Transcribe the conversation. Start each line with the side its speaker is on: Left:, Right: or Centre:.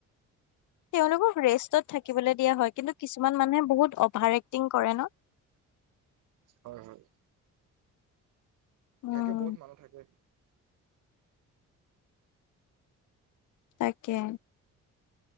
Left: তেওঁলোকক ৰেষ্টত থাকিবলৈ দিয়া হয়। কিন্তু কিছুমান মানুহে বহুত অভাৰ এক্টিং কৰে ন।
Right: হয় হয়।
Left: উম
Right: থাকে বহুত মানুহ থাকে।
Left: তাকে।